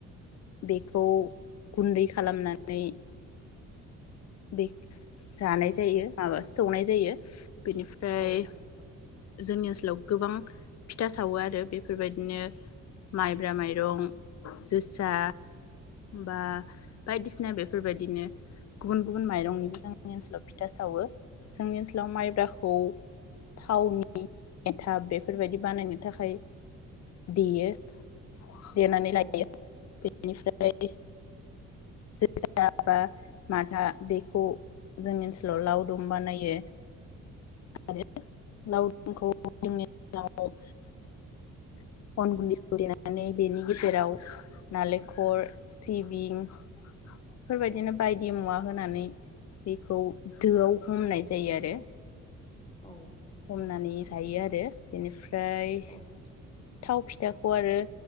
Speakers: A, on the left; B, on the left.
A: बेखौ गुन्दै खालामनानै बे जानाय जायो माबा सौनाय जायो। बिनिफ्राय।
B: औ
A: जोंनि ओनसोलाव गोबां फिथा सावो आरो बेफोर बायदिनो माइब्रा माइरं जोसा बा बायदिसिना बेफोरबायदिनो। गुबुन-गुबुन माइरंनिबो
B: नंगौ
A: जोंनि ओनसोलाव। फिथा सावो जोंनि ओनसोलाव माइब्राखौ थावनि एन्थाब बेफोरबायदि बानायनो थाखाय देयो। देनानै लायो।
B: औ
A: इनिफ्राय जोसा बा माथा बेखौ जोंनि ओनसोलाव लावदुम बानायो आरो लावदुमखौ जोंनि ओनसोलाव अन गुन्दैखौ देनानै बेनि गेजेराव नालेंखर सिबिं बेफोरबायदिनो बायदि मुवा होनानै बेखौ दोआव हमनाय जायो आरो।
B: औ।
A: हमनानै जायो आरो बेनिफ्रा फ्राय।
B: औ
A: थाव फिथाखौ आरो